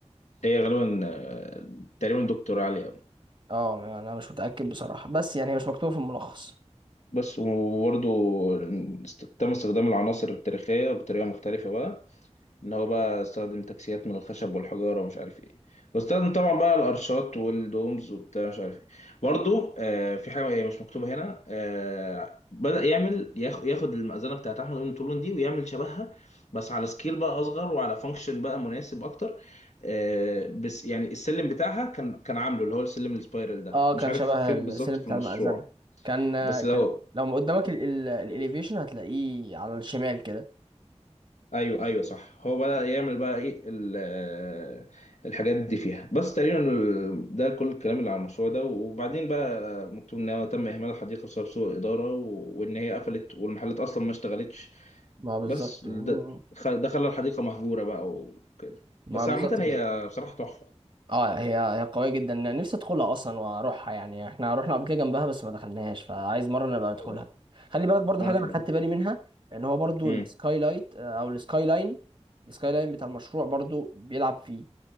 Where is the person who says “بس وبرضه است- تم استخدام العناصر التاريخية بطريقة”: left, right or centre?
Left